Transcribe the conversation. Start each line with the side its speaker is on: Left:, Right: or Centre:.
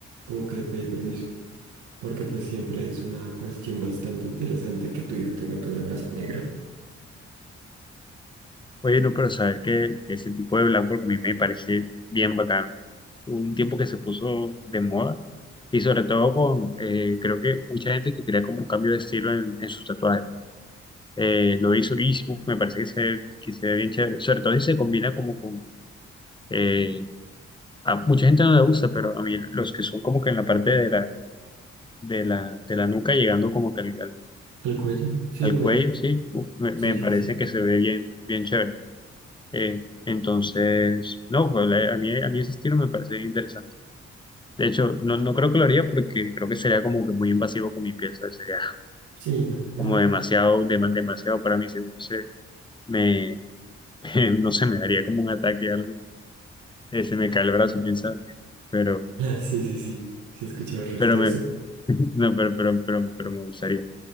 Right: como que pedí permiso. Porque pues siempre es una cuestión bastante interesante que tu hijo tenga todo el brazo negro.
Left: Bueno, pero sabes que, que ese tipo de blackboard a mí me parece bien bacano. Hubo un tiempo que se puso de moda y sobre todo con, eh, creo que mucha gente que quería como un cambio de estilo en, en sus tatuajes. Eh, lo hizo y uf, me parece que se, que se ve bien chévere. Sobre todo si se combina como con... eh, a mucha gente no le gusta, pero a mí los que son como que en la parte de la, de la, de la nuca llegando como que al, al-
Right: ¿El cuello? Sí,
Left: al
Right: el cuello.
Left: cuello, sí, uf, me, me
Right: Sí, sí,
Left: parece
Right: sí.
Left: que se ve bien, bien chévere. Eh, entonces, no, pues, la- a mí, a mí ese estilo me parece interesante. De hecho, no, no creo que lo haría porque creo que sería como que muy invasivo con mi piel, ¿sabes? Sería
Right: Sí, no. <laughs>
Left: como demasiado, dema- demasiado para mí, seguro se me, <laughs> no sé, me daría como un ataque o algo, Eh, se me cae el brazo, quién sabe, pero,
Right: Ah, Sí, sí, sí. Sí, he escuchado el resto
Left: pero me,
Right: de eso.
Left: <laughs> no, pero, pero, pero, pero me gustaría.